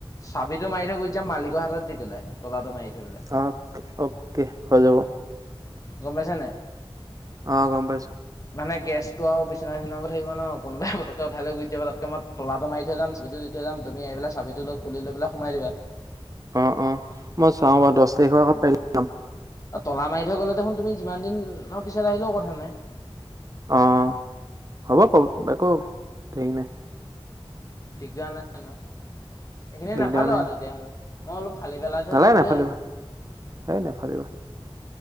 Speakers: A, on the left (about 35°); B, on the right (about 35°).
A: চাবিটো মাৰি থৈ গুচি যাম মালিকৰ হাতত দি পেলাই তলাটো মাৰি থৈ পেলাই
B: অ অকে হৈ যাব।
A: গম পাইছানে
B: অ গম পাইছো
A: মানে গেছটো আৰু বিচনা চিছনা বোৰ থাকিব ন কোনবাই পটকৈ উঠাই গুচি যাব তাতকৈ মই তলাটো মাৰি থৈ যাম চাবিটো দি থৈ যাম। তুমি আহ পেলাই চাবিটো লগ খুলি লৈ পেলাই সোমাই দিবা।
B: অ অ মই চাওঁ বাৰু দচ তাৰিখৰ আগত পাৰিলে যাম
A: আৰু তলা মাৰি থৈ গ'লে দেখোন তুমি যিমান দিনৰ পিছত আহিলেও কথা নাই।
B: অ হব প বক হেই নাই
A: দিগদাৰ নাই ন এইখিনি
B: দিগদাৰ
A: নেফাঁলো
B: নাই
A: আও তেতিয়াহ'লে মই অলপ খালি পেলাই থৈ
B: নালাগে
A: যাম
B: নাফালিবা
A: বুলি ভাবি
B: হেই নাফালিবা